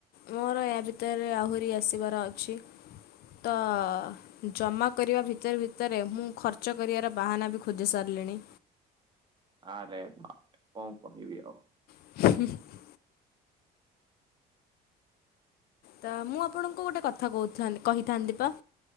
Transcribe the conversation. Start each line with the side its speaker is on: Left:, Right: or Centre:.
Left: ମୋର ୟା ଭିତରେ ଆହୁରି ଆସିବାର ଅଛି ତ ଜମା କରିବା ଭିତରେ ଭିତରେ ମୁଁ ଖର୍ଚ୍ଚ କରିବାର ବାହାନା ବି ଖୋଜି ସାରିଲିଣି।
Right: ଆଁରେ ବାଃରେ କଣ କହିବି ଆଉ।
Left: <unintelligible> ତ ମୁଁ ଆପଣଙ୍କୁ ଗୋଟେ କଥା କହୁ କହିଥାନ୍ତି ପା